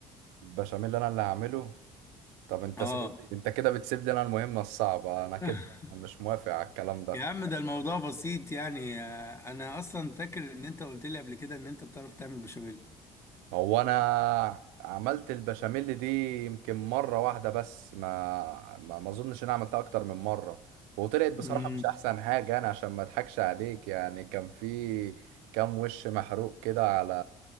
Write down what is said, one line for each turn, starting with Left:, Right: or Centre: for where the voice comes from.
Right: البشاميل انا اللي هعمله طب انت
Left: اه
Right: سيب... انت كده بتسيب لي انا المهمه الصعبه انا كده
Left: <laughs>
Right: مش موافق على الكلام ده
Left: يا عم ده الموضوع بسيط يعني آه، انا اصلا فاكر ان انت قلت لي قبل كده ان انت بتعرف تعمل بشاميل
Right: هو انا عملت البشاميل دي يمكن مره واحده بس ما ما ما اظنش ان انا عملتها اكتر من مره وطلعت بصراحه
Left: امم
Right: مش احسن حاجه انا عشان ما اضحكش عليك يعني كان في كام وش محروق كده على